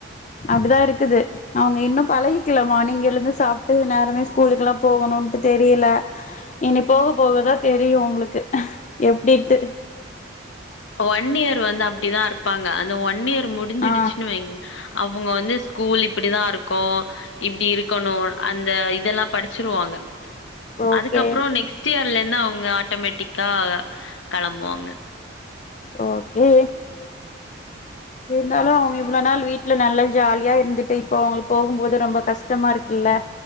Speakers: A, on the left; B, on the left.
A: அப்டிதா இருக்குது அவங்க இன்னு பழகிக்கல மார்னிங் எழுந்து சாப்ட்டு நேரமே ஸ்கூலுக்கலா போவனு இப்ப தெரியல இனி போக போகதா தெரியு அவுங்களுக்கு எப்டிட்டு
B: ஒன் இயர் வந்து அப்டிதா இருப்பாங்க அந்த ஒன் இயர் முடிஞ்சிடுச்சுன்னு
A: ஆ
B: வைங் அவங்க வந்து ஸ்கூல் இப்புடி தா இருக்கு இப்டி இருக்கணு அந் த இதெல்லா படிச்சிருவாங்க
A: ஓகே
B: அதுக்கப்பறோ நெக்ஸ்ட் இயர்லருந்து அவங்க ஆட்டோமேட்டிக் கா களம்புவாங்க
A: ஓகே இருந்தாலு அவங்க இவ்ளோ நாள் வீ வீட்ல நல்லா ஜாலியா இருந்துட்டு இப்ப அவங்களு போகும்போது ரொம்ப கஷ்டமா இருக்குல